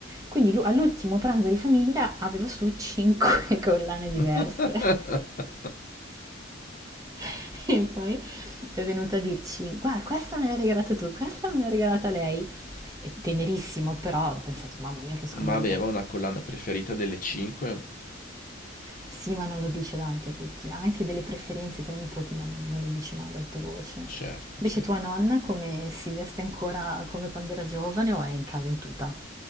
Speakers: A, on the right; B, on the left.
A: Quindi lu- all'ultimo pranzo di famiglia aveva su cinque collane diverse
B: <laughs>
A: <laughs> e poi è venuta a dirci guarda questa me l'hai regalata tu, questa me l'ha regalata lei. È tenerissimo però ho pensato mamma mia che scomodità.
B: Ma aveva una collana preferita delle 5?
A: Sì ma non lo dice davanti a tutti, ha anche delle preferenze tra i nipoti ma non, non lo dice mai ad alta voce.
B: Certo,
A: Invece
B: certo.
A: tua nonna come si veste ancora come quando era giovane o è in casa in tuta?